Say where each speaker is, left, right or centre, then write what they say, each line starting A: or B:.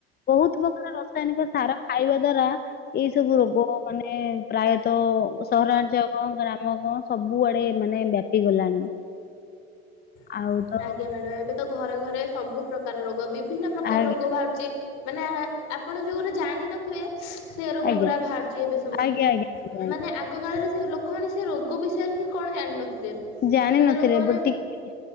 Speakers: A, on the left; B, on the left.
A: ବହୁତ୍ ପ୍ରକାର ରସାୟନିକ ସାର ଖାଇବା ଦ୍ଵାରା ଏଇ ସବୁ ରୋଗ ମାନେ ପ୍ରାୟତଃ ସହରାଞ୍ଚ କଣ ଗ୍ରାମ କଣ ସବୁଆଡେ ମାନେ ବ୍ୟାପି ଗଲାଣି।
B: <unintelligible>
A: ଆଉ ତ
B: ଆଜ୍ଞା ମ୍ୟାଡ଼ାମ ଏବେ ତ ଘରେ ଘରେ ସବୁ ପ୍ରକାର ରୋଗ ବିଭିନ୍ନ ପ୍ରକାର
A: ଆଜ୍ଞା
B: ରୋଗ ବାହାରୁଛି। ମାନା ଆପଣ ଯୋଉ ଗୋଟେ ଜାଣିିନଥିବେ ସେ ରୋଗ
A: ଆଜ୍ଞା
B: ଗୁରା ବାହାରଛି ଏବେ ସବୁ
A: ଆଜ୍ଞା ଆଜ୍ଞା ଆଜ୍ଞା ଆଜ୍ଞା
B: ମାନେ ଆ ଆଗ କାଳରେ ସେ ଲୋକମାନେ ସେ ରୋଗ ବିଷୟରେ ହିଁ କଣ ଜାଣିନଥିଲେ।
A: ଜାଣିିନଥିଲେ
B: ମାନେ ଲୋକମାନେ
A: ବଟ୍ ଟିକ